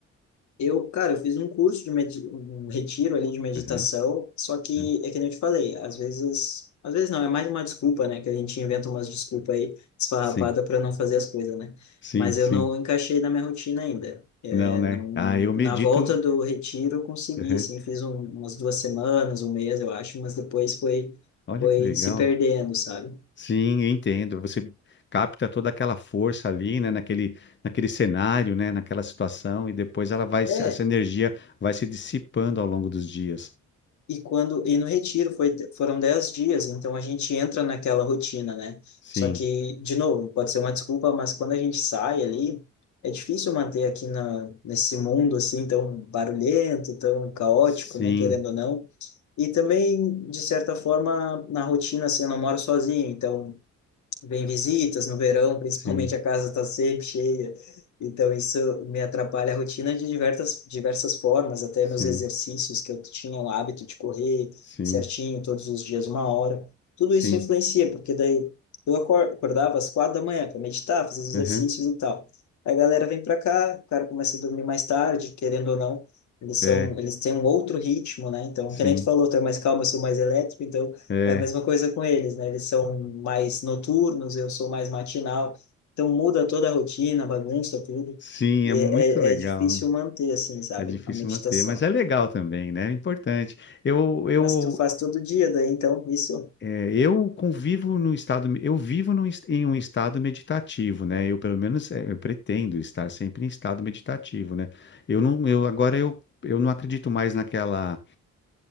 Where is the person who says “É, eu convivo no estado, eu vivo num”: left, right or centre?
Left